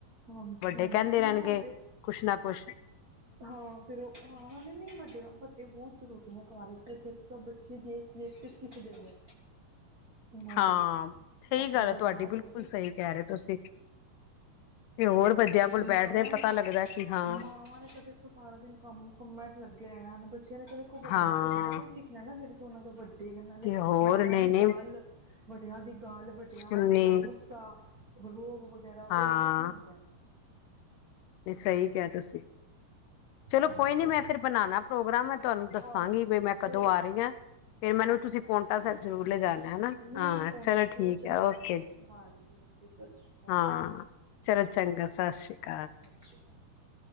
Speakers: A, on the right (about 35°); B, on the left (about 80°).
A: ਹਾਂਜੀ
B: ਵੱਡੇ
A: ਹਾਂਜੀ
B: ਕਹਿੰਦੇ
A: ਚਲੋ
B: ਰਹਿਣਗੇ
A: ਸਾਡੇ
B: ਕੁਛ ਨਾ ਕੁਛ।
A: ਹਾਂ ਫੇਰ ਉਹ ਆ ਨਾਲੇ ਨਹੀਂ ਵੱਡੇ-ਵੱਡੇ ਬਹੁਤ ਜ਼ਰੂਰੀ ਨੇ ਕਾਲਜ ਦੇ ਵਿੱਚ ਤਾਂ ਬੱਚੇ ਦੇਖ ਦੇਖ ਕੇ ਸਿੱਖਦੇ ਨੇ। ਉਹਨਾਂ
B: ਹਾਂ
A: ਤੋਂ
B: ਸਹੀ
A: ਆਪਣੇ
B: ਗੱਲ
A: ਵੱਡਿਆਂ
B: ਹੈ ਤੁਹਾਡੀ ਬਿਲਕੁਲ
A: ਤੋਂ
B: ਸਹੀ ਕਹਿ ਰਹੇ ਹੋ ਤੁਸੀਂ? ਤੇ ਹੋਰ ਬੱਚਿਆਂ ਕੋਲ
A: ਮਾਵਾਂ
B: ਬੈਠਦੇ
A: ਨੇ
B: ਪਤਾ
A: ਤਾਂ
B: ਲੱਗਦਾ ਕਿ ਹਾਂ
A: ਮਾਵਾਂ ਨੇ ਤਾਂ ਦੇਖੋ ਸਾਰਾ ਦਿਨ ਕੰਮ ਕੰਮਾਂ ਚ ਲੱਗੇ ਰਹਿਣਾ ਹਨ ਬੱਚਿਆਂ ਨੇ ਤਾਂ ਦੇਖੋ ਵੱਡਿਆ-ਵੱਡਿਆ
B: ਹਾਂ
A: ਤੋਂ ਹੀ ਸਿੱਖਣਾ ਨਾ ਜਿਹੜੇ। ਉਹਨਾਂ ਤੋਂ ਵੱਡੀ। ਏ ਨਾਲੇ
B: ਤੇ ਹੋਰ
A: ਵੱਡੀਆਂ
B: ਨਹੀਂ
A: ਦੀ
B: ਨਹੀਂ
A: ਗੱਲ। ਵੱਡਿਆ ਦੀ। ਗਾਲ ਵੱਡਿਆਂ
B: ਸੁਣਨੀ
A: ਦਾ ਮਤਲਬ ਗੁੱਸਾ। ਔ ਰੋਲ। ਵਗੈਰਾ ਉਹ
B: ਹਾਂ
A: ਅਲੱਗ ਹੀ ਹੁੰਦਾ ਹੈ।
B: ਸਹੀ ਕਿਹਾ ਤੁਸੀਂ। ਚਲੋ
A: ਹਾਂਜੀ
B: ਕੋਈ ਨੀ ਮੈਂ ਫਿਰ ਬਣਾਣਾ ਪ੍ਰੋਗਰਾਮ ਮੈ ਤੁਹਾਨੂੰ ਦੱਸਾਂਗੀ
A: ਹਾਂਜੀ
B: ਵੀ ਮੈਂ ਕਦੋਂ
A: ਚਲੋ
B: ਆ ਰਹੀ ਹਾਂ। ਫਿਰ ਮੈਨੂੰ
A: ਹਾਂਜੀ
B: ਤੁਸੀਂ
A: ਹਾਂਜੀ
B: ਪੋਟਾ ਸਾਹਿਬ
A: ਓਕੇ
B: ਜ਼ਰੂਰ ਲਿਜਾਣਾ ਹੈ
A: ਨਹੀਂ
B: ਹਾਂ
A: ਪਹੁੰ
B: ਚਲੋ
A: ਜ਼ਰੂਰ
B: ਠੀਕ
A: ਚੱਲਾਂਗੇ
B: ਹੈ ਓਕੇ ਜੀ।
A: ਹਾਂਜੀ, ਸਤਿ ਸ਼੍ਰੀ ਅਕਾਲ
B: ਹਾਂ ਚਲੋ ਚੰਗਾ। ਸਤਿ ਸ਼੍ਰੀ ਅਕਾਲ
A: ਸਤਿ ਸ਼੍ਰੀ ਅਕਾਲ ਜੀ।